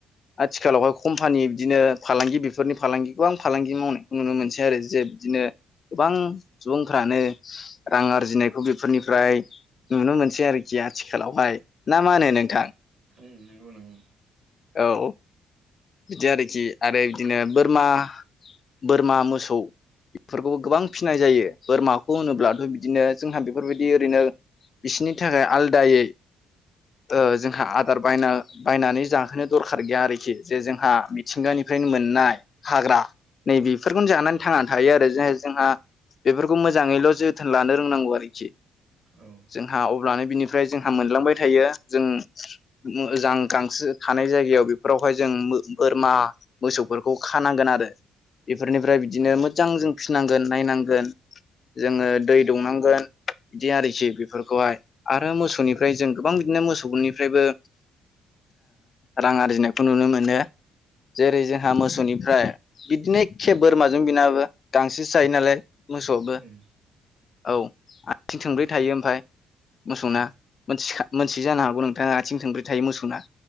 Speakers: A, on the left; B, on the right.
A: आथिखालावहाय कम्पानि बिदिनो फालांगि बेफोरनि फालांगिखौ आं फालांगि मावनायखौ नुनो मोनसै आरो जे बिदिनो गोबां सुबुंफ्रानो, रां आरजिनायखौ बेफोरनिफ्राय नुनो मोनसै आरोखि आथिखालावहाय। ना मा होनो नोंथां?
B: उम नंगौ नंगौ
A: औ बिदि आरोखि आरो बिदिनो बोरमा, बोरमा, मोसौ बेफोरखौबो गोबां फिसिनाय जायो। बोरमाखौ होनोब्लाथ' बिदिनो जोंहा बेफोरबायदि ओरैनो बिसिनि थाखाय आलादायै, ओ जोंहा बायना बायनानै जाहोनो दरखार गैया आरोखि जे जोंहा मिथिंगानिफ्रायनो मोननाय, हाग्रा नै बेेफोरखौनो जानानै थांना थायो आरो ज जोंहा, बेफोरखौ मोजाङैल' जोथोन लानो रोंनांगौ आरोखि।
B: औ।
A: जोंहा अब्लानो बिनिफ्राय जोंहा मोनलांबाय थायो जों, मोजां गांसो थानाय जायगायाव बेफोरावहाय जों बोरमा, मोसौफोरखौ खानांगोन आरो बेफोरनिफ्राय
B: उम
A: बिदिनो मोजां जों फिसिनांगोन नायनांगोन, जोङो दै दौनांगोन बिदि आरोखि बेफोरखौहाय। आरो मोसौनिफ्राय जों गोबां बिदिनो मोसौफोरनिफ्रायबो, रां आरजिनायखौ नुनो मोनो। जेरै जोंहा मोसौनिफ्राय बिदिनो एखे बोरमाजों बिनाबो गांसोसो जायो नालाय मोसौबो
B: उम
A: औ आथिं थंब्रै थायो ओमफफ्राय मोसौना
B: उम
A: मोनखा मोनथि जानो हागौ नोंथाङा आथिं थंब्रै थायो मोसौना।